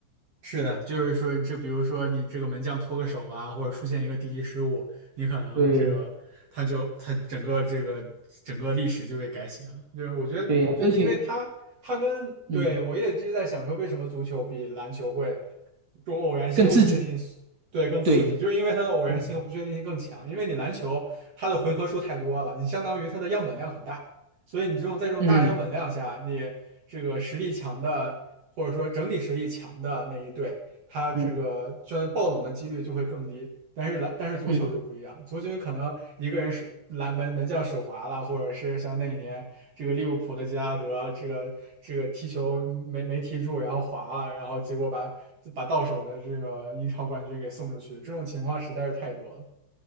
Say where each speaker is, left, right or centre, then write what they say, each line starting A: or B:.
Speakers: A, on the right (about 55°); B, on the right (about 35°).
A: 是的，就是说，这比如说你这个门将脱个手啊，或者出现一个低级失误，你可能这个他就他整个这个整个历史就被改写了。
B: 对呀，
A: 就是我觉得，
B: 对呀，
A: 就是因为他他跟对我也一直在想说，
B: 而且嗯，
A: 为什么足球比篮球会多偶然性和不确定性对更刺激，
B: 更刺激。对，
A: 就是因为它的偶然性和不确定性更强。
B: 嗯
A: 因为你篮球它的回合数太多了，你相当于它的样本量很大。所以你这种在这种大量本量下，
B: 嗯
A: 你这个实力强的，或者说整体实力强的那一队，他这个虽然爆冷的几率就会更低，
B: 嗯
A: 但是篮但是足球就不一样，
B: 嗯，
A: 足球你可能一个人是篮门门将手滑了，或者是像那一年这个利物浦的吉拉德，这个这个踢球没没踢住，然后滑了，然后结果把把到手的这个英超冠军给送出去，这种情况实在是太多了。